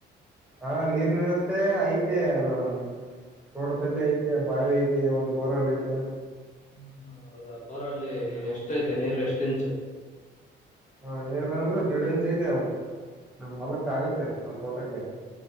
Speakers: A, in the centre; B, on the left (about 35°).
A: ಹಾ ನೀರ್ ವ್ಯವಸ್ಥೆ ಐತೆ ನ ತೋಟದಲ್ಲ ಐತೆ ಬಾವಿ ಐತೆ ಒಂದ್ ಬೋರಲ್ಲ ಐತೆ
B: ಹ್ಮ ಹ್ಮ ಹೌದಾ ಬರಲ್ಲಿ
A: ಹ್ಮ್
B: ಎಷ್ಟ ಐತೆ ನೀರು ಎಷ್ಟ ಇಂಚು
A: ಹಾ ಏನಿಲ್ಲ ಅಂದ್ರೆ ದಿಡಂ ಚೈತೆ ಅವ ನಮ್ಮ ಮಲಕ್ಕ ಆಗತ್ತೆ ಒಲ್ ತೋಟಕ್ಕೆ